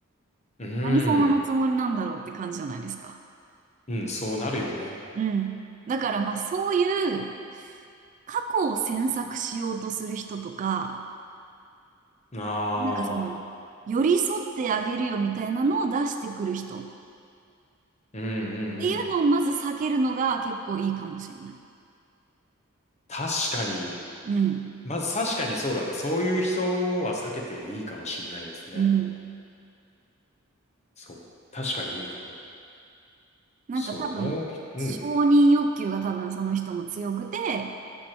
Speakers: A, on the left (about 35°); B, on the right (about 35°).
A: うん。
B: 何様のつもりなんだろうって感じじゃないですか。
A: うん、そうなるよね。
B: うん。だからまあ、そういう過去を詮索しようとする人とか、
A: ああ。
B: なんかその、寄り添ってあげるよみたいなのを出してくる人っ
A: うんうんうん。
B: ていうのをまず避けるのが結構いいかもしれない。
A: 確かに。
B: うん。
A: まず確かにそうだね。そういう人は避けていいかもしんないですね。
B: うん。
A: そう。確かにいいかも。
B: なんか多分、
A: そう、もうひ、うん、
B: 承認欲求が多分その人も強くて、